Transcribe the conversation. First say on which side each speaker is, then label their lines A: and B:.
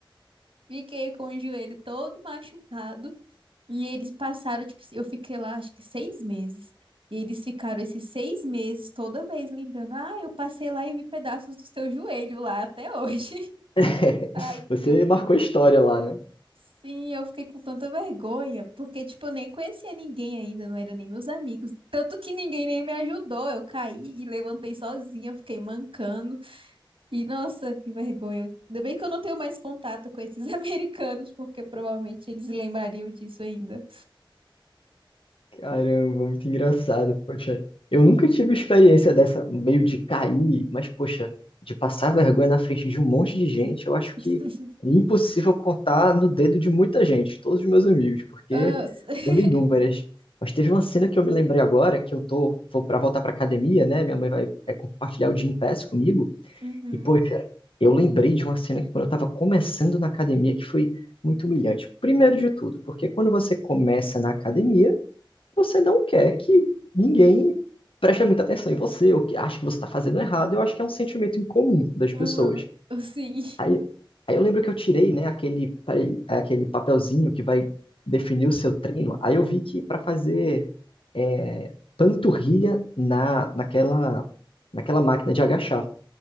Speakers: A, on the right; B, on the left.
A: Fiquei com o joelho todo machucado. E eles passaram, tipo, eu fiquei lá acho que seis meses. E eles ficaram esses seis meses toda vez lembrando: ah, eu passei lá e vi pedaços do seu joelho lá até hoje. <laughs>
B: <laughs>
A: Ai,
B: Você
A: eu fiquei.
B: marcou história lá, né?
A: Sim, eu fiquei com tanta vergonha, porque, tipo, eu nem conhecia ninguém ainda, não eram nem meus amigos. Tanto que ninguém nem me ajudou. Eu caí e levantei sozinha, fiquei mancando. E, nossa, que vergonha. Ainda bem que eu não tenho mais contato com esses <laughs> americanos, porque provavelmente eles lembrariam disso ainda.
B: Caramba, muito engraçado. Poxa, eu nunca tive experiência dessa, meio de cair, mas poxa, de passar vergonha na frente de um monte de gente, eu acho
A: <laughs>
B: que é impossível contar no dedo de muita gente, todos os meus amigos, porque
A: Ah, s- <laughs>
B: são inúmeras. Mas teve uma cena que eu me lembrei agora, que eu tô, vou para voltar pra academia, né? Minha mãe vai é, compartilhar o Gympass comigo,
A: Uhum,
B: e poxa, eu lembrei de uma cena que quando eu tava começando na academia, que foi muito humilhante. Primeiro de tudo, porque quando você começa na academia, você não quer que ninguém preste muita atenção em você, ou que acha que você está fazendo errado. Eu acho que é um sentimento incomum das pessoas.
A: aham, sim.
B: Aí, aí eu lembro que eu tirei, né, aquele, pare- aquele papelzinho que vai definir o seu treino. Aí eu vi que para fazer é, panturrilha na, naquela, naquela máquina de agachar.